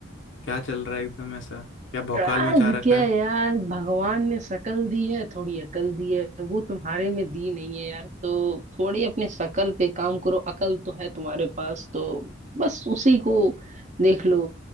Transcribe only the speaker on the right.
आज
क्या
यार भगवान ने शकल दी है थोड़ी अकल दी है वो तुम्हारे में दी नहीं है यार तो थोड़ी अपने शकल पे काम करो अकल तो है तुम्हारे पास तो बस उसी को देख लो